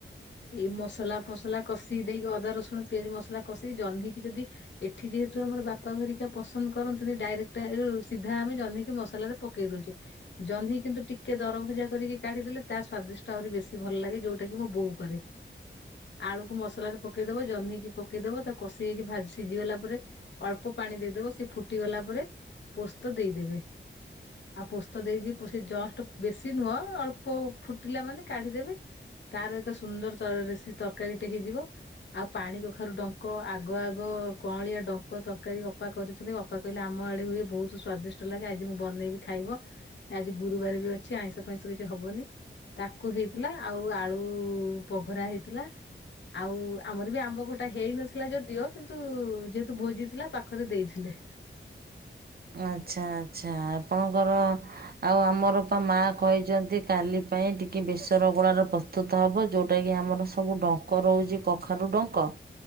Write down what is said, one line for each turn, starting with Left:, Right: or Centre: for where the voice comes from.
Left: ଏଇ ମସଲା ଫସଲା କଷି ଦେଇକି ଅଦା, ରସୁଣ, ପିଆଜ ମସଲା କଷି, ଜହ୍ନିକି ଯଦି ଏଠି ଯେହେତୁ ଆମର ବାପା ଘରିକା ପସନ୍ଦ କରନ୍ତିନି, ଡାଇରେକ୍ଟ ରୁ ସିଧା ଆମେ ଜହ୍ନିକି ମସଲାରେ ପକେଇ ଦଉଛି। ଜହ୍ନି କିନ୍ତୁ ଟିକେ ଦରଭଜା କରିକି କାଢି ଦେଲେ, ତା ସ୍ଵାଦିଷ୍ଟ ଆହୁରି ବେଶୀ ଭଲ ଲାଗେ, ଯୋଉଟା କି ମୋ ବୋଉ କରେ। ଆଳୁକୁ ମସଲାରେ ପକେଇଦବ, ଜହ୍ନିକି ପକେଇଦବ, ତାକୁ କଷି ହେଇକି ଭା ସିଝିଗଲା ପରେ ଅଳ୍ପ ପାଣି ଦେଇଦବ, ସେ ଫୁଟି ଗଲା ପରେ ପୋସ୍ତ ଦେଇଦେବେ। ଆଉ ପୋସ୍ତ ଦେଇ କି ପ ସେ ଜଷ୍ଟ ବେଶୀ ନୁହଁ, ଅଳ୍ପ ଫୁଟିଲା ମାନେ କାଢିଦେବେ। ତାର ତ ସୁନ୍ଦରରେ ତରରେ, ସେ ତରକାରୀ ଟେ ହେଇଯିବ। ଆଉ ପାଣି କଖାରୁ ଡଙ୍କ, ଆଗ ଆଗ କଅଁଳିଆ ଡଙ୍କ ତରକାରୀ ଅପା କରିଥିଲେ, ଅପା କହିଲେ ଆମ ଆଡେ ହୁଏ ବୋହୁତ ସ୍ଵାଦିଷ୍ଟ ଲାଗେ ଆଜି ମୁଁ ବନେଇବି ଖାଇବ। ଆଜି ଗୁରୁବାର ବି ଅଛି ଆଇଁଷ ଫାଇଁଷ କିଛି ହବନି ତାକୁ ହେଇଥିଲା ଆଉ ଆଳୁ ଉ ପଘରା ହେଇଥିଲା ଆଉ ଆମର ବି ଆମ୍ବ ଖଟା ହେଇନଥିଲା ଯଦିଓ କିନ୍ତୁ ଯେହେତୁ ଭୋଜି ଥିଲା ପାଖରେ ଦେଇଥିଲେ।
Right: ଆଚ୍ଛା ଆଚ୍ଛା ଆପଣଙ୍କର ଆଉ ଆମର ତ ମା କହିଚନ୍ତି କାଲି ପାଇଁ ଟିକେ ବେସର ଗୋଳାର ପ୍ରସ୍ତୁତ ହବ ଯେଉଟା କିି ଆମର ସବୁ ଡଙ୍କ ରହୁଚି କଖାରୁୁ ଡଙ୍କ,